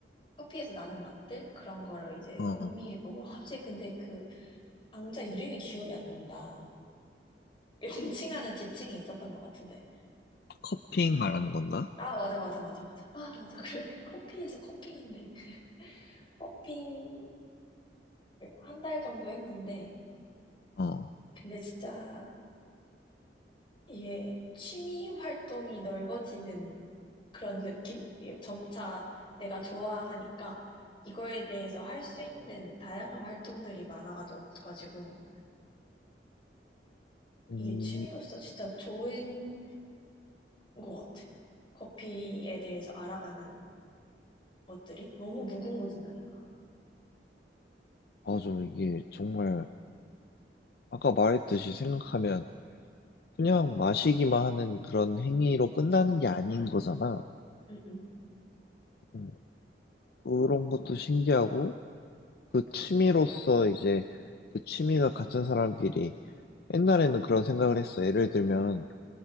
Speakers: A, on the left; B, on the left.
A: 커피에서 나는 맛들? 그런 거를 이제
B: 어,
A: 음미해보고, 아, 갑자기 근데 그, 강좌 이름이 기억이 안 난다. <laughs> 명칭 하는 지칭이 있었던 것 같은데.
B: 커핑 말하는 건가?
A: 아, 맞아, 맞아, 맞아, 맞아. 아, 맞아. <laughs> 그래. 커피에서 커핑인데. 커핑을 한 달 정도 했는데,
B: 어,
A: 근데 진짜 이게 취미 활동이 넓어지는 그런 느낌? 이게 점차 내가 좋아하니까 이거에 대해서 할 수 있는 다양한 활동들이 많아가지고,
B: 음,
A: 이게 취미로서 진짜 좋은 것 같아. 커피에 대해서 알아가는 것들이 너무 무궁무진하니까.
B: 맞아. 이게 정말 아까 말했듯이 생각하면 그냥 마시기만 하는 그런 행위로 끝나는 게 아닌 거잖아.
A: 응, 응,
B: 음, 그런 것도 신기하고 그 취미로서 이제 그 취미가 같은 사람끼리 옛날에는 그런 생각을 했어. 예를 들면